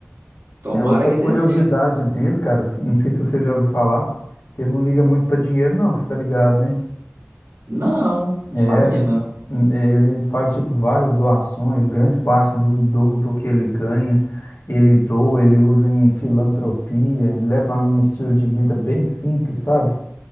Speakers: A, on the right; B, on the left.
A: tomara
B: É outra
A: que
B: curiosidade
A: dê certo.
B: dele, cara, se- não sei se você já ouviu falar, que ele não liga muito pra dinheiro, não, você tá ligado, né?
A: Não, não
B: É,
A: sabia não.
B: n- é, ele faz, tipo, várias doações, grande parte do, do, do que ele ganha, ele doa, ele usa em filantropia, leva um estilo de vida bem simples, sabe?